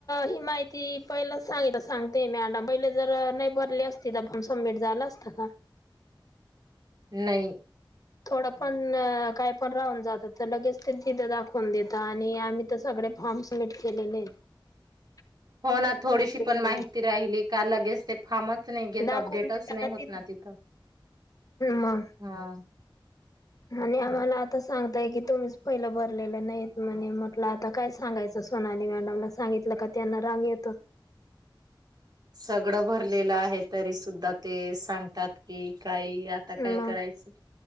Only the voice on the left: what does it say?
ही माहिती पहिलं सांगितित सांगते मीडाम पहिले जर नाही बरली असती तर फम सबमिट झाला असता का
थोडं पण काय पण राहून जात तर लगेच ते तिथं दाखवून देत आणि आम्ही तर सगळे फॉर्म सबमिट केलेले आहेत
ते
दाखवून
देताना
ते
मग
आणि आम्हाला आता सांगताय कि तुम्हीच पहिलं भरलेलं नाहीत म्हणे. म्हटलं आता काय सांगायचं सोनाली मॅडमला, सांगितलं का त्यांना राग येतो.
मग